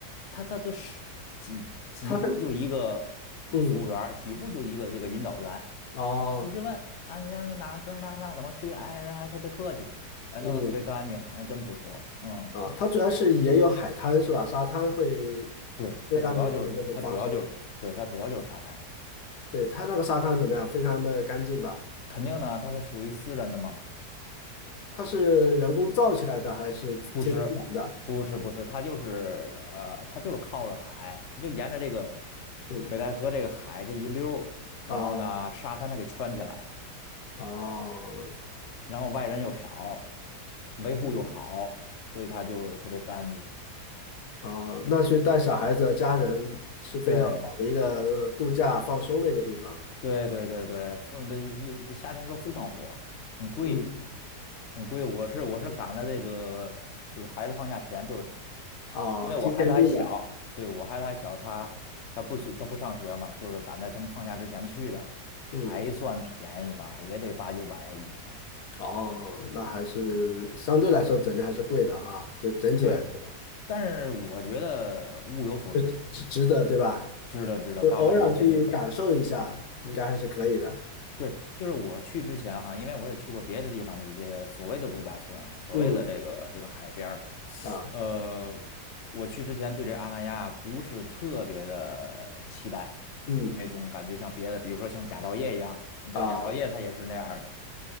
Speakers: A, on the left (about 50°); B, on the left (about 70°).
A: 它它就是几几步就一个服务员儿几步就一个这个引导员，
B: 它这，嗯，哦，
A: 你随时问啊，你要哪儿这儿那儿那儿怎么去，哎，人还特别客气，哎，
B: 嗯，
A: 弄得特别干净，还真不错，嗯。
B: 啊，它主要是也有海滩是吧？沙滩会
A: 对，
B: 会让你感觉很放松。
A: 它主要就是它主要就是对它主要就是沙滩，
B: 对，它那个沙滩怎么样？非常的干净吧？
A: 肯定呢，它是属于私人的嘛，
B: 它是人工造起来的还是天自然的？
A: 不是不是不是，它就是呃，它就是靠着海，它就沿着这个
B: 嗯，
A: 北戴河这个海这一溜儿然后呢，
B: 哦
A: 沙滩它给圈起来了，
B: 哦
A: 然后外人又少，维护又好，
B: 嗯
A: 所以它就是特别干净。
B: 哦，那去带小孩子、家人是非常好的一个度假放松的一个地方。
A: 对对对对对，风的夏天时候非常火，很贵。
B: 嗯，
A: 很贵。我是我是赶在这个就是孩子放假前，就是
B: 哦，
A: 因为我孩子还小，
B: 提前订的。
A: 对，我孩子还小，他他不学他不上学嘛，就是赶在他们放假之前去的，还算便宜吧，
B: 嗯，
A: 也得八九百一天。
B: 哦，那还是相对来说整体还是贵的哈，就整体来说
A: 对，但是我觉得物有所值，
B: 就值值得对吧？
A: 值得值得，
B: 就偶尔去感受一下，
A: 八百一天值得。
B: 应该还是可以的。
A: 对，就是我去之前哈，因为我也去过别的地方的一些所谓的度假村啊，所谓的这个这个海边儿，
B: 嗯啊，
A: 呃，我去之前对这阿那亚不是特别的期待，
B: 嗯
A: 因为总感觉像别的，比如说像佳兆业一样，你知道佳兆业它也是那样儿的，
B: 啊，